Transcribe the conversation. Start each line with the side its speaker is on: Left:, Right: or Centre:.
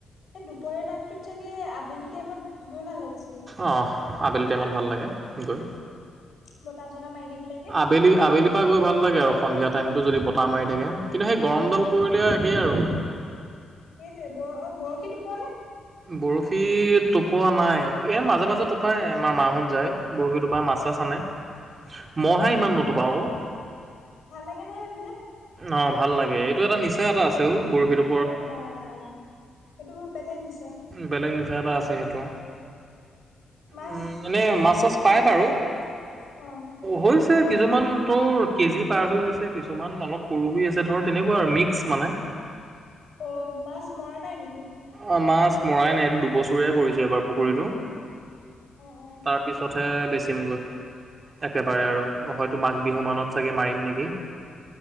Left: এই দুপৰীয়া টাইমটোত চাগে, আবেলি টাইমত গৈ ভাল লাগিছিলে।
Right: অ', আবেলি টাইমত ভাল লাগে গৈ।
Left: বতাহ, চতাহ মাৰি থাকিলেগে।
Right: আবেলি আবেলিৰ পৰা গৈ ভাল লাগে আৰু, সন্ধিয়া টাইমটো যদি বতাহ মাৰি থাকে। কিন্তু, সেই গৰমডাল
Left: উম
Right: কৰিলে একেই আৰু।
Left: সেইটোয়ে ব-বৰশী টোপোৱা নে?
Right: বৰশী টোপোৱা নাই, এ মাজে মাজে টোপাই আমাৰ মা <unintelligible> যায়। বৰশী টোপা
Left: অ
Right: মাছ চাছ আনে মইহে ইমান নুতুপাওঁ অ,
Left: ভাল লাগে নহয় এইবিলাক।
Right: অ, ভাল লাগে এইটো এটা নিচা এটা আছেও বৰশীটো।
Left: এইবাৰ সেইটো বৰ বেলেগ নিছা?
Right: বেলেগ নিচা এটা আছে সেইটো।
Left: মাছ
Right: উম, এনে
Left: এতিয়া
Right: মাছ
Left: কিমান
Right: -চাছ
Left: ডাঙৰ
Right: পাই
Left: হৈছে
Right: বাৰু
Left: অ
Right: হৈছে কিছুমান, তো কেজি পাৰ হৈ গৈছে কিছুমান অলপ সৰু হৈ আছে ধৰ তেনেকুৱা আৰু মিক্স মানে।
Left: অ, মাছ মৰা নাই নেকি?
Right: অ, মাছ মৰাই নাই এইটো দুবছৰীয় কৰিছো এবাৰ পুখুৰীতটো।
Left: অ অ
Right: তাৰ পিছতহে বেচিমগৈ। একেবাৰে আৰু হয়তো মাঘ বিহু মানত চাগে মাৰিম নেকি?